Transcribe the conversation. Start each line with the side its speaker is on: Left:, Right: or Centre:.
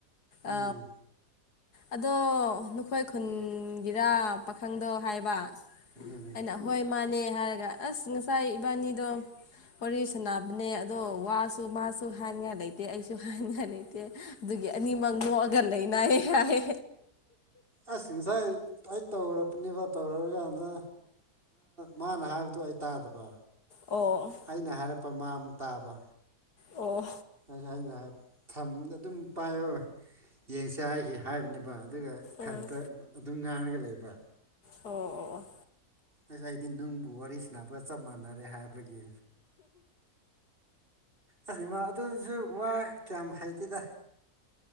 Right: ꯑꯥ
Left: ꯑ ꯑꯗꯣ ꯅꯈꯣꯏ ꯈꯨꯟꯒꯤꯔꯥ ꯄꯥꯈꯪꯗꯣ ꯍꯥꯏꯕ
Right: ꯑꯥ
Left: ꯑꯩꯅ ꯍꯣꯏ ꯃꯥꯅꯦ ꯍꯥꯏꯔꯒ ꯑꯁ ꯉꯁꯥꯏ ꯏꯕꯥꯅꯤꯗꯣ ꯋꯥꯔꯤ ꯁꯅꯕꯅꯦ ꯑꯗꯣ ꯋꯥꯁꯨ ꯃꯥꯁꯨ ꯍꯥꯏꯅꯤꯡꯉꯥꯏ ꯂꯩꯇꯦ ꯑꯩꯁꯨ ꯍꯥꯏꯅꯤꯡꯉꯥꯏ ꯂꯩꯇꯦ ꯑꯗꯨꯒꯤ ꯑꯅꯤꯃꯛ ꯅꯣꯛꯑꯒ ꯂꯩꯅꯍꯦ ꯍꯥꯏꯦ
Right: ꯑꯁ ꯉꯁꯥꯏ ꯑꯩ ꯇꯧꯔꯛꯄꯅꯦꯕ ꯇꯧꯔꯑ ꯀꯥꯟꯗ ꯃꯥꯅ ꯍꯥꯏꯕ ꯑꯗꯨ ꯑꯩ ꯇꯥꯗꯕ
Left: ꯑꯣ
Right: ꯑꯩꯅ ꯍꯥꯏꯔꯛꯄ ꯃꯥꯃꯨꯛ ꯇꯥꯕ
Left: ꯑꯣ
Right: ꯑ ꯑꯩꯅ ꯊꯝ ꯑꯗꯨꯝ ꯄꯥꯏꯌꯣ ꯌꯦꯡꯁꯦ ꯍꯥꯏꯈꯤ ꯍꯥꯏꯕꯅꯦꯕ ꯑꯗꯨꯒ ꯏꯊꯟꯇ
Left: ꯎꯝ
Right: ꯑꯗꯨꯝ ꯉꯥꯡꯔꯒ ꯂꯩꯕ
Left: ꯑꯣ ꯑꯣ
Right: ꯑꯁ ꯑꯩꯗꯤ ꯅꯨꯡꯕꯨ ꯋꯥꯔꯤ ꯁꯅꯕꯒ ꯆꯞ ꯃꯥꯟꯅꯔꯦ ꯍꯥꯏꯕꯒꯤ ꯑꯁ ꯏꯃꯥ ꯑꯗꯨꯁꯨ ꯋꯥ ꯀꯌꯥꯝ ꯍꯥꯏꯒꯦꯗ